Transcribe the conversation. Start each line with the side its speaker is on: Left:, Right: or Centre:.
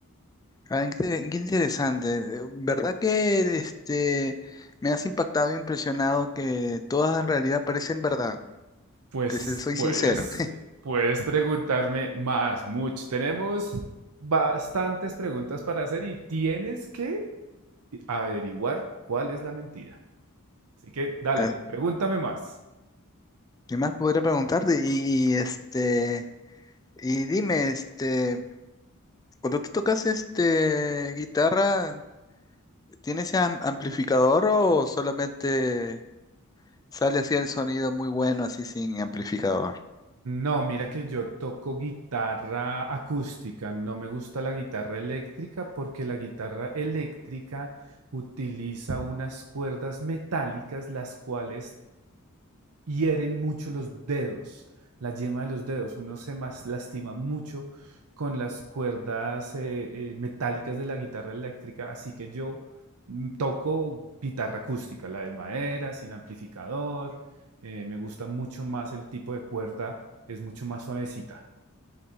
Left: Ah, qué, qué interesante. Eh, ¿Verdad que este me has impactado e impresionado que todas en realidad parecen verdad?
Right: Pues
Left: Te se- soy
Right: puedes,
Left: sincero. <laughs>
Right: puedes preguntarme más, mucho. Tenemos bastantes preguntas para hacer y tienes que averiguar cuál es la mentira. Así que dale,
Left: Ah,
Right: pregúntame más.
Left: ¿Qué más podría preguntarte? Y, y, este y dime, este, cuando tú tocas este guitarra. ¿Tiene ese am- amplificador o solamente sale así el sonido muy bueno, así sin amplificador?
Right: No, mira que yo toco guitarra acústica, no me gusta la guitarra eléctrica porque la guitarra eléctrica utiliza unas cuerdas metálicas las cuales hieren mucho los dedos, la yema de los dedos. Uno se mas- lastima mucho con las cuerdas eh, eh, metálicas de la guitarra eléctrica, así que yo mm, toco guitarra acústica, la de madera, sin amplificador. eh, me gusta mucho más el tipo de cuerda, es mucho más suavecita.